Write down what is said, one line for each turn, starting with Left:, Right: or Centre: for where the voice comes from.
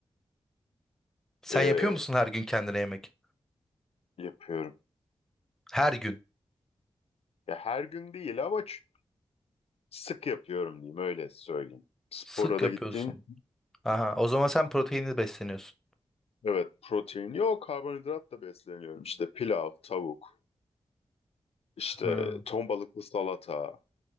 Centre: Sen
Left: E,
Centre: yapıyor musun her gün kendine yemek?
Left: yapıyorum.
Centre: Her gün.
Left: Ya her gün değil ama ç- sık yapıyorum diyeyim öyle söyleyeyim. Spora
Centre: Sık
Left: da
Centre: yapıyorsun.
Left: gittiğim
Centre: Aha, o zaman sen proteinli besleniyorsun.
Left: evet protein yok karbonhidratla besleniyorum. İşte pilav, tavuk, işte
Centre: Hı.
Left: ton balıklı salata.